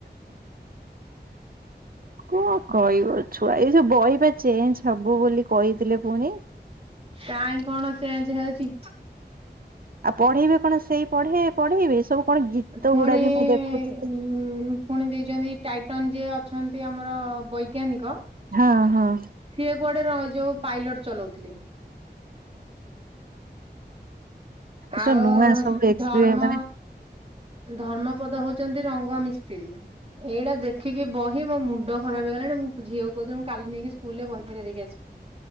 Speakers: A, on the right; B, on the right.
A: କଣ କହିବ ଛୁଆ ଏଇ ଯୋଉ ବହି ବା ଚେଞ୍ଜ ହବ ବୋଲି କହିଥିଲେ ପୁଣି।
B: କହିଁ କଣ ଚେଞ୍ଜ ହଉଛି।
A: ଆଉ ପଢେଇବେ କଣ ସେଇ ପଢେଇ ପଢେଇବେ ସବୁ କଣ ଗୀତ
B: ପୁଣି
A: ଗୁଡା ବି ମୁଁ ଦେଖୁଥିଲି।
B: ଉ ପୁଣି ଦେଇଛନ୍ତି ଟାଇଟନ ଯିଏ ଅଛନ୍ତି ଆମର ବୈଜ୍ଞାନିକ।
A: ହଁ ହଁ।
B: ସିଏ କୁଆଡେ ର ଯୋଉ ପାଇଲଟ ଚଲାଉଥିଲେ।
A: ଏସବୁ
B: ଆଉ
A: ନୂଆ ସବୁ ଏକ୍ସପି
B: ଧର୍ମ
A: ମାନେ
B: ଧର୍ମପଦ ହଉଛନ୍ତି ରଙ୍ଗ ମିସ୍ତ୍ରୀ। ଏଇଟା ଦେଖିକି ବହି ମୋ ମୁଣ୍ଡ ଖରାପ ହେଇଗଲାଣି ମୁଁ ଝିଅ କହୁଥିଲି ମୁ କାଲି ନେଇକି ସ୍କୁଲ ରେ ବହି ଫେରେଇ ଦେଇକି ଆସିବି।